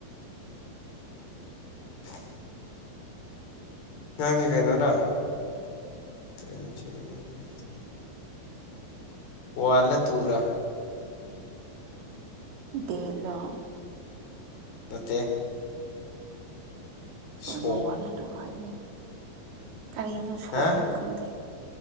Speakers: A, on the left; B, on the right.
A: <inaudible> ꯅꯥꯪꯖꯦ ꯀꯩꯅꯣꯗ ꯇ꯭ꯋꯦꯟꯇꯤ ꯊ꯭ꯔꯤ ꯇ꯭ꯋꯦꯟꯇꯤ ꯋꯥꯟꯂ ꯇꯨꯔ
B: ꯗꯦꯠꯂꯣ
A: ꯅꯠꯇꯦ
B: ꯀꯔꯤꯅꯣ
A: ꯁꯣꯛ
B: ꯋꯥꯜꯂꯣ ꯇꯨꯔꯣ ꯍꯥꯏꯗꯤ ꯀꯔꯤꯅꯣ ꯁꯣꯛ
A: ꯍꯥ
B: ꯍꯥꯏ ꯈꯪꯗꯦ